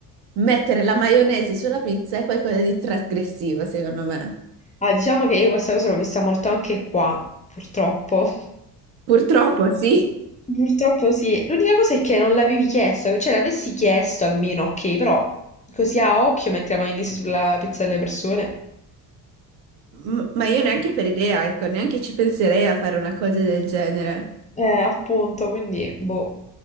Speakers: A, on the right; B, on the left.
A: mettere la maionese sulla pizza è qualcosa di trasgressivo, secondo me.
B: Ah, diciamo che io questa cosa l'ho vista molto anche qua, purtroppo.
A: Purtroppo, sì.
B: Purtroppo sì. L'unica cosa è che non l'avevi chiesto, cioè l'avessi chiesto almeno, ok, però così a occhio metti la maionese sulla pizza delle persone.
A: M- Ma io neanche per idea, ecco, neanche ci penserei a fare una cosa del genere.
B: Eh, appunto, quindi, boh,